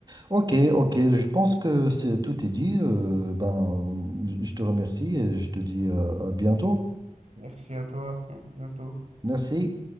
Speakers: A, on the right; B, on the right.
A: Ok, ok. Je pense que c'est, tout est dit. Euh, ben, je je te remercie et je te dis euh, à bientôt.
B: Merci à toi, à bientôt.
A: Merci.